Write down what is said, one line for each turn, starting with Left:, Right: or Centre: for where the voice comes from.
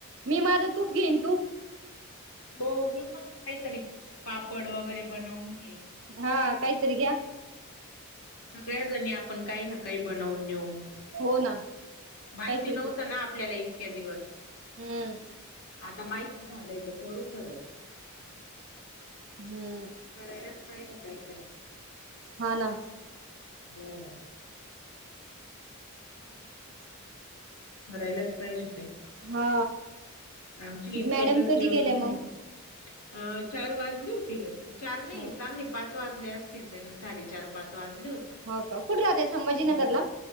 Right: मी माझं तूप घेईन तूप.
Left: बर मी पण काहीतरी, पापड वगैरे बनवून घेईन.
Right: हा कायतरी घ्या.
Left: सगळ्याजणी आपण काही ना काही बनवून नेऊ.
Right: हो ना.
Left: माहिती
Right: काहीतरी
Left: नव्हतं ना आपल्याला इतके दिवस.
Right: हम्म.
Left: आता माहिती झालंय तर करू खरंच.
Right: हम्म.
Left: करायलाच पाहिजे काहीतरी.
Right: हा ना.
Left: हो.
Right: मग.
Left: करायलाच पाहिजे.
Right: हा.
Left: आमचे इतक्यातच
Right: मॅडम कधी
Left: जेवणं
Right: गेल्या मग
Left: झाली. अ चार वाजली होती काय, चार नाही
Right: हो
Left: चांगली,
Right: का
Left: पाच वाजले असतील त्यांना, साडेचार पाच वाजले होते.
Right: हो का, कुठं राहताय संभाजीनगरला,
Left: हो